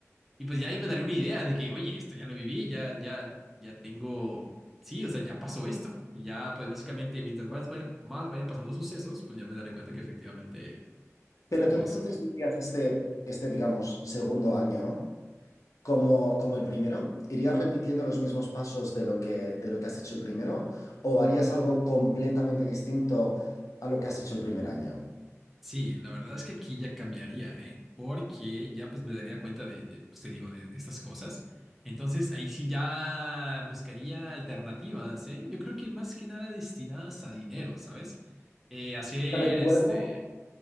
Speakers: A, in the centre; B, on the left.
A: Y pues ya ahí me daría una idea de que, oye, esto ya lo viví, ya, ya, ya tengo, sí, o sea, ya pasó esto. Y ya, pues básicamente, mientras más, vaya- más vayan pasando sucesos, pues ya me daré cuenta que efectivamente estamos
B: Pero tú entonces vivías este, este, digamos, segundo año. como, como el primero? ¿Irías repitiendo los mismos pasos de lo que, de lo que has hecho el primero? ¿O harías algo completamente distinto a lo que has hecho el primer año?
A: Sí, la verdad es que aquí ya cambiaría, ¿eh? Porque ya pues me daría cuenta de, de, pues, te digo, de, de estas cosas. Entonces ahí sí ya buscaría alternativas, ¿eh? Yo creo que más que nada destinadas a dinero, ¿sabes? Eh, hacer
B: Te recuerdo,
A: este...